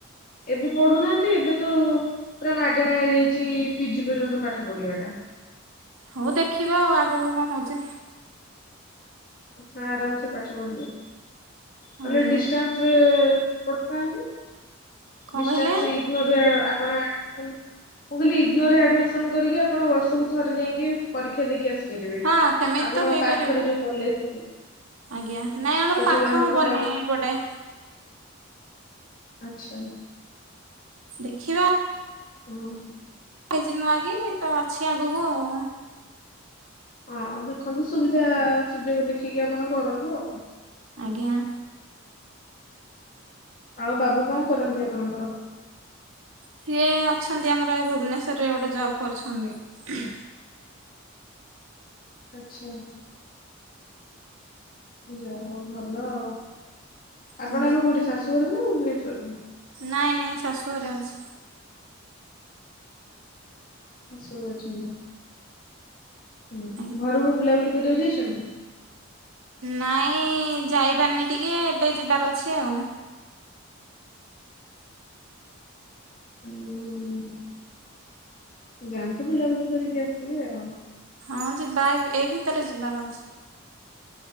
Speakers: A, on the left; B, on the right.
A: ଏବେ ପଢୁନାହାନ୍ତି ଏବେ ତ ପୁରା ମାଗଣା ହେଇଯାଇଛି ପିଜି ପର୍ଯ୍ୟନ୍ତ ପାଠ ପଢିବା ଟା
B: ହଉ ଦେଖିବା ଆଉ ଆଗକୁ କଣ ହଉଛି
A: ହ ଆରାମ ସେ ପାଠ ପଢି ପାରିବଲେ
B: ଆଜ୍ଞା
A: ଡିାନ୍ସରେ ପଥାନ୍ତି
B: କଣ
A: ଡିଶ୍ଟାନସେ
B: କହିଲେ
A: ଇଗନୋର ଆପଣ ମୁଁ କାଲି ଇଗନୋରରେ ଆଡମିସନ କରିକି ଆପଣ ବର୍ଷକୁ ଥରେ ଯାଇକି ପରୀକ୍ଷା ଦେଇକି ଆସିବି କରିବେ
B: ହଁ ସେମିତି
A: ଆପଣଙ୍କ
B: ତ ହେଇପାରିବ
A: ପାଖରେ ଯୋଉ କଲେଜ
B: ଆଜ୍ଞା ନାଇଁ ଆମର
A: ସେଠି
B: ପାଖ
A: ଆପଣ
B: ହବନି
A: ପରୀକ୍ଷା
B: ଏ ପଟେ
A: ଆଛା
B: ଦେଖିବା
A: ହୁଁ
B: ହେଇଛି ନୂଆଁ କି ତ ଅଛି ଆଗକୁ ଆଉ
A: ହଁ ଦେଖନ୍ତୁ ସୁବିଧା ସୁଯୋଗ ଦେଖିକି ଆପଣ କରନ୍ତୁ ଆଉ
B: ଆଜ୍ଞା
A: ଆଉ ବାବୁ କଣ କରନ୍ତି ଆପଣଙ୍କର
B: ସିଏ ଅଛନ୍ତି ଆମର ଏ ଭୁବନେଶ୍ୱରରେ ଗୋଟେ ଜବ କରୁଛନ୍ତି
A: ଆଛା ଯାହା ହଉ ଭଲ ଆଉ ଆପଣ
B: ଆଜ୍ଞା
A: ଏବେ କଉଠି ସାଶୁ ଘରେ ନା ଭୁବନେଶ୍ୱରରେ
B: ନାଇଁ ନାଇଁ ଶାଶୁଘରେ ଅଛି
A: ଶାଶୁ ଘରେ ଅଛିନ୍ତି। ହୁଁ
B: ଆଜ୍ଞା।
A: ଘରକୁ ବୁଲାବୁଲି କରିବାକୁ ଯାଇଚନ୍ତି।
B: ନାଇଁ ଯାଇ ପାରିନି ଟିକେ ଏବେ ଯିବାର ଅଛି ଆଉ
A: ହୁଁ ଯାଆନ୍ତୁ ବୁଲାବୁଲି କରିକି ଆସିବେ ଆଉ
B: ହଁ ଯିବା ଏ ଏଇ ଭିତରେ ଯିବାର ଅଛି